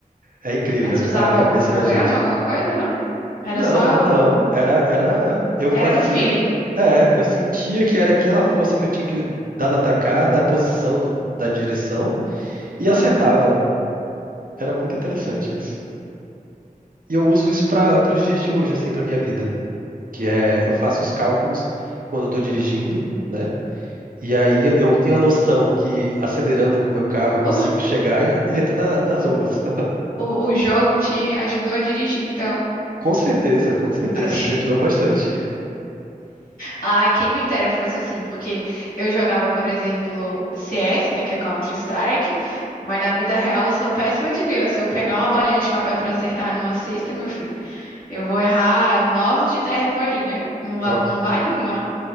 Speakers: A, on the right (about 70°); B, on the left (about 75°).
A: É incrível
B: Aí Você usava
A: a a cabeça
B: algum programa,
A: da gente.
B: alguma coisa ou não? Era
A: Não,
B: só.
A: não. Era, era. Eu
B: Era
A: fazia.
B: no feeling.
A: É, eu sentia que era aquela força que eu tinha que dar na tacada, a posição do- da direção, e
B: Aham.
A: acertava. Era muito interessante isso. E eu uso isso para os dias de hoje, assim, para minha vida. Que é, eu faço os cálculos quando eu estou dirigindo, né? E aí eu eu tenho a noção que acelerando com o meu carro eu consigo
B: O,
A: chegar e eu entro na- nas ruas. <laughs>
B: o, o jogo te ajudou a dirigir, então.
A: Com certeza, com certeza,
B: <laughs>
A: ele me ajudou bastante.
B: Ai, quem me dera fosse assim, porque eu jogava, por exemplo, CS, né, que é Counter-Strike, mas na vida real eu sou péssima de mira. Se eu pegar uma bolinha de papel pra acertar numa cesta, meu filho. Eu vou errar nove de dez bolinhas. Não, va-
A: Ó,
B: não vai uma.